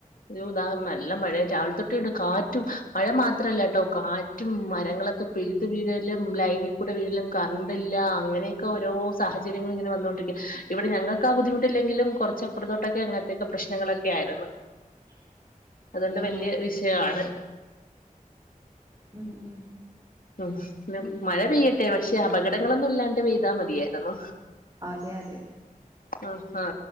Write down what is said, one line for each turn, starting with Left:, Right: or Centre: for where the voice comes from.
Left: യോ ദാ നല്ല മഴ രാവിലെ തൊട്ടേണ്ട് കാറ്റും മഴ മാത്രല്ല ട്ടോ കാ മറ്റും മരങ്ങളൊക്കെ പിഴുത് വീഴലും ലൈനിൽ കൂടെ വീഴലും കറണ്ടില്ല അങ്ങനെയൊക്കെ ഓരോ സാഹചര്യങ്ങളിങ്ങന വന്നോണ്ടി ഇവിടെ ഞങ്ങക്കാ ബുദ്ധിമുട്ടില്ലെങ്കിലും കൊറച്ചപ്പുറത്തോട്ടൊക്കെ അങ്ങനത്തെക്കെ പ്രശ്നങ്ങളൊക്കെ ആര്ന്ന്
Right: <unintelligible>
Left: അതുകൊണ്ട്
Right: ആഹ്
Left: വല്യ വിഷയവാണ്
Right: ഉം ഉ
Left: ഉം മഴ പെയ്യട്ടെ പക്ഷെ അപകടങ്ങളൊന്നും ഇല്ലാണ്ട് പെയ്താ മതിയാരുന്നു
Right: അതെയതെ
Left: ആ ആ